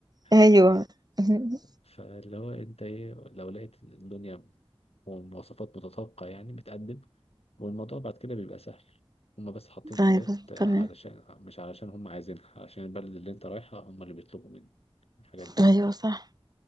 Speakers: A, on the right; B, on the left.
A: ايوه
B: ف...
A: <laughs>
B: فاللي هو أنت إيه لو لقيت الدنيا ومواصفات متطابقة يعني بتقدم والموضوع بعد كده بيبقى سهل هما بس حاطين حاجات
A: ايوه
B: علشان
A: تمام
B: مش علشان هما عايزينها عشان البلد اللي انت رايحها هما اللي بيطلبوا منك الحاجات دي
A: ايوه
B: يعني
A: صح